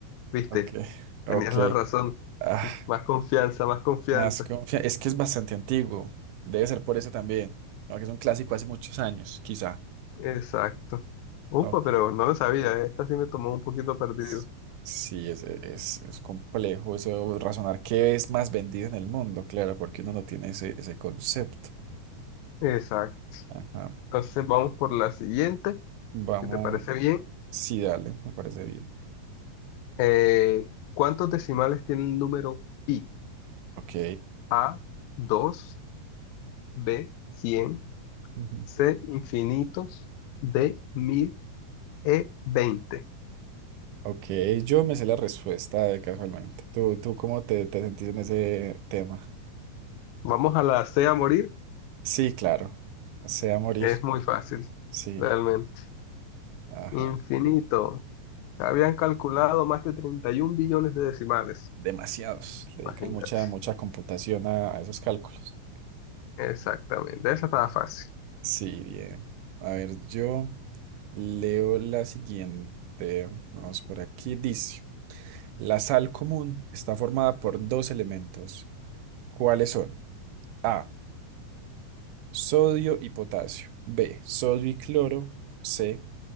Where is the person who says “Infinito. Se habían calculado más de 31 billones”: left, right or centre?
Left